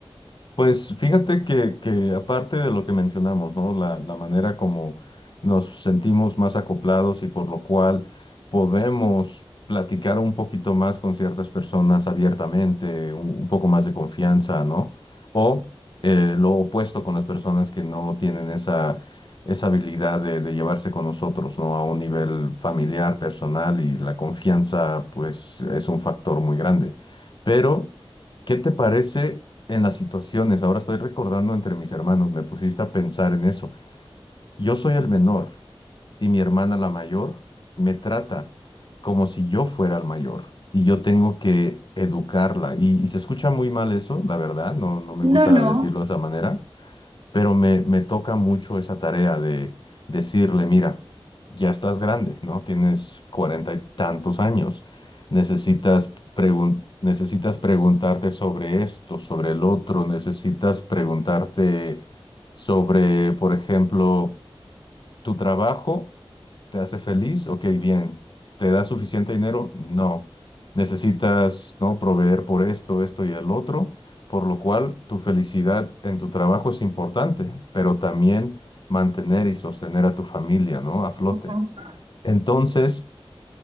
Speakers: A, on the left; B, on the right.
A: Pues fíjate que, que aparte de lo que mencionamos, ¿no? La, la manera como nos sentimos más acoplados y por lo cual podemos platicar un poquito más con ciertas personas abiertamente, un, un poco más de confianza, ¿no? O eh, lo opuesto con las personas que no tienen esa, esa habilidad de, de llevarse con nosotros, ¿no? A un nivel familiar, personal y la confianza, pues, es un factor muy grande. Pero, ¿qué te parece? en las situaciones. Ahora estoy recordando entre mis hermanos, me pusiste a pensar en eso. Yo soy el menor y mi hermana la mayor me trata como si yo fuera el mayor y yo tengo que educarla. Y, y se escucha muy mal eso, la verdad, no, no me gusta
B: No, no.
A: decirlo de esa manera, pero me, me toca mucho esa tarea de decirle, mira, ya estás grande, ¿no? Tienes cuarenta y tantos años, necesitas pregun- necesitas preguntarte sobre esto, sobre el otro, necesitas preguntarte sobre, por ejemplo, tu trabajo ¿Te hace feliz? Ok, bien. ¿Te da suficiente dinero? No. Necesitas, ¿no? proveer por esto, esto y el otro, por lo cual tu felicidad en tu trabajo es importante, pero también mantener y sostener a tu familia, ¿no? A flote.
B: Ajá.
A: Entonces,